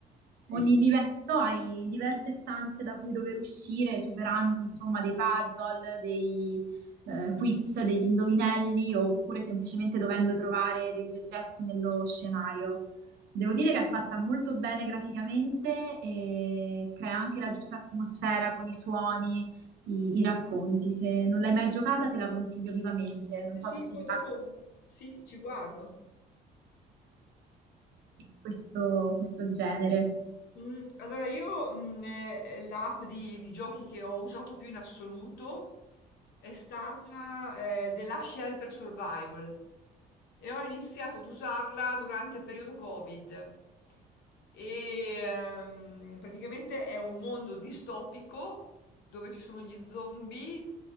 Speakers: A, on the left; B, on the right.
A: Sì.
B: Ogni livello hai diverse stanze da cui dover uscire, superando insomma dei puzzle, dei eh, quiz, degli indovinelli, oppure semplicemente dovendo trovare degli oggetti nello scenario. Devo dire che è fatta molto bene graficamente e crea anche la giusta atmosfera con i suoni i, i racconti. Se non l'hai mai giocata, te la consiglio vivamente. Non
A: Eh
B: so
A: Sì,
B: se ti
A: poi dopo
B: piace
A: sì, ci guardo.
B: questo, questo genere.
A: Mm, Allora, io mm, eh, eh, l'app di, di giochi che ho usato più in assoluto è stata eh, The Last Shelter Survival e ho iniziato ad usarla durante il periodo Covid. E ehm, praticamente è un mondo distopico dove ci sono gli zombie